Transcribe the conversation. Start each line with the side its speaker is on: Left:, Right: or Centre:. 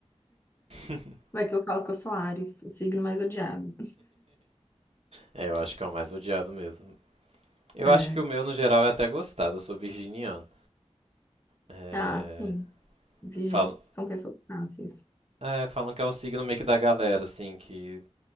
Right: <laughs>
Left: Vai que eu falo que eu sou Ares, o signo mais odiado.
Right: É, eu acho que é o mais odiado mesmo. Eu
Left: É.
Right: acho que o meu, no geral, é até gostado, eu sou virginiano. É,
Left: Ah, sim. Virgens
Right: falam,
Left: são pessoas fáceis.
Right: é, falam que é um signo meio que da galera, assim, que